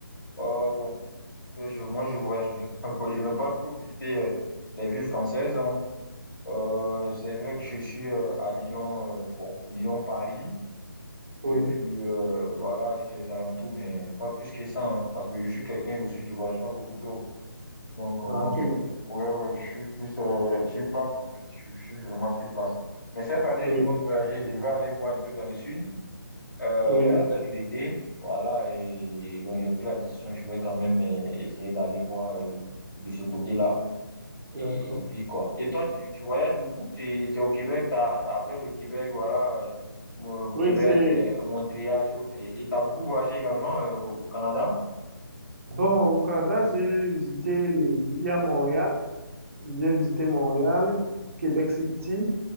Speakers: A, on the left; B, on the right.
A: Euh, bon, je, moi, je voyage, <laughs> je, je n'ai pas trop visité euh, les villes françaises. hein. Euh, c'est vrai que je suis euh, à Lyon, euh, bon, Lyon-Paris, et
B: Oui,
A: puis euh, voilà, et ses alentours, mais pas plus que ça, hein, parce que je suis quelqu'un aussi, je voyage pas beaucoup trop. Donc, euh,
B: ah, tu
A: je
B: vois.
A: suis, ouais, ouais, je suis plus euh, sur place, en fait. Je, je suis vraiment sur place. Mais cette année,
B: Oui,
A: je compte voyager. Je vais aller voir un peu dans le sud euh,
B: oui,
A: avec l'été. Voilà, et, et bon, j'ai pris la décision. Je vais quand même euh, essayer d'aller voir euh, de ce côté-là. Et,
B: d'accord.
A: et puis, quoi. Et toi, tu, tu voyages beaucoup? Tu, tu es au Québec, t'as, t'as, après le Québec, voilà, euh, Mo-
B: Oui,
A: Québec,
B: c'est
A: euh, Montréal et autres. Et tu as beaucoup voyagé également euh, au au Canada?
B: bon, au Canada, j'ai visité le... il y a Montréal, j'ai visité Montréal, Québec City,